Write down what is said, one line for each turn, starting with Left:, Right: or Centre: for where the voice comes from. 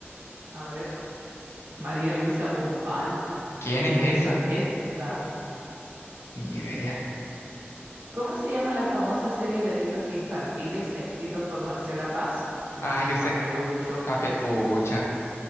Right: A ver, María Luisa Bombal.
Left: ¿Quién
Right: ¿Quién
Left: es
Right: es
Left: esa?
Right: esta?
Left: Ni
Right: Mm.
Left: idea.
Right: ¿Cómo se llama la famosa serie de libros infantiles escritos por Marcela Paz? Mm,
Left: Ah, yo
Right: papelucho.
Left: sé. Pape, pucha.